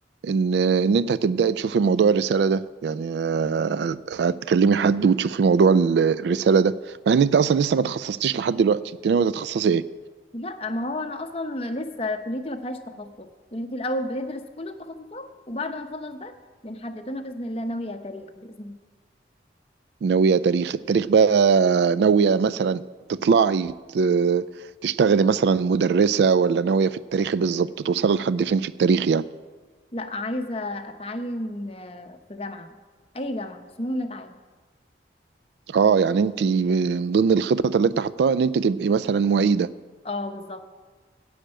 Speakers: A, on the right; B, on the left.
A: ان ان انت هتبداي تشوفي موضوع الرساله ده يعني آه، هتكلمي حد وتشوفي موضوع ال- الرساله ده مع ان انت اصلا لسه ما تخصصتيش لحد دلوقتي انت ناويه تتخصصي ايه
B: لا ما هو أنا أصلا لسه كليتي ما فيهاش تخصص كليتي الأول بندرس كل التخصصات وبعد ما نخلص بقى بنحدد أنا بإذن الله ناوية تاريخ بإذن الله
A: ناويه تاريخ التاريخ بقى ناويه مثلا تطلعي ت- تشتغلي مثلا مدرسه ولا ناويه في التاريخ بالظبط توصلي لحد فين في التاريخ يعني
B: لا عايزة أتعين آه، في جامعة أي جامعة بس المهم إني أتعين
A: اه يعني انت من ضمن الخطط اللي انت حطاها ان انت تبقي مثلا معيده
B: اه بالظبط